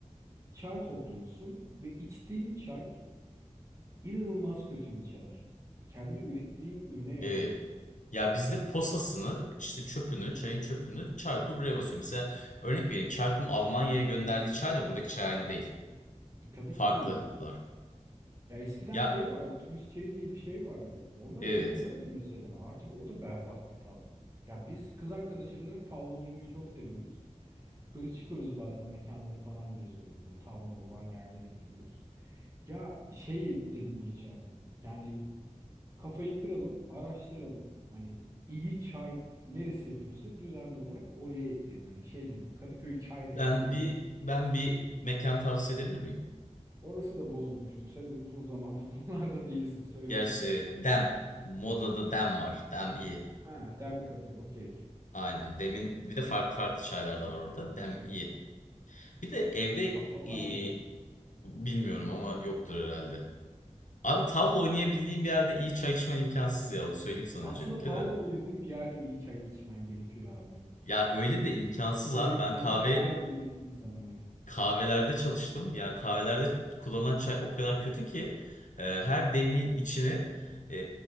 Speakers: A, on the right; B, on the left.
A: Çay topluyorsun ve içtiğin çay inanılmaz kötü bir çay. Kendi ürettiğin ürüne yabancılaşıyorsun.
B: E, ya bizde posasını işte çöpünü çayın çöpünü Çaykur buraya basıyor. Mesela örnek vereyim Çaykur'un Almanya'ya gönderdiği çayla buradaki çay aynı değil.
A: Tabii
B: Farklılar.
A: ki değil. Ya eskiden
B: Ya
A: şey vardı, turist çayı diye bir şey vardı. Onlar
B: evet
A: o güzeldi mesela. Artık o da berbat bir tat. Ya biz kız arkadaşımla tavla oynamayı çok seviyoruz. Böyle çıkıyoruz bazen mekanları falan geziyoruz. Böyle tavla olan yerlere gidiyoruz. Ya şey dedim geçen gün. Yani kafayı kıralım, araştıralım. Hani iyi çay neresi yapıyorsa düzenli olarak oraya gidelim. Hani şey dedim Kadıköy çay rehberi
B: ben
A: yap.
B: bir ben bir mekan tavsiye edebilir miyim?
A: Orası da bozulmuştur. Sen uzun zamandır <laughs> buralarda değilsin söyle.
B: Gerçi e, Dem modada Dem var. Dem iyi.
A: Ha, Dem kafe. okey.
B: Aynen Dem'in bir de farklı farklı çaylar
A: Gitmedik
B: da var orada.
A: oraya
B: Dem
A: bakalım.
B: iyi. Bir de evde
A: Tavla var
B: e,
A: mı orada?
B: bilmiyorum ama yoktur herhalde. Abi tavla oynayabildiğim bir yerde iyi çay içmen imkansız ya. Onu söyleyeyim sana
A: Aslında
B: öncelikle
A: tavla
B: de.
A: oynadığın bir yerde iyi çay içmen gerekiyor abi.
B: Ya öyle de imkansız
A: Oraya
B: abi.
A: gidenler
B: Ben kahve
A: çay gurmesi insanlar.
B: kahvelerde çalıştım. Ya kahvelerde kullanılan çay o kadar kötü ki e, her demliğin içine e,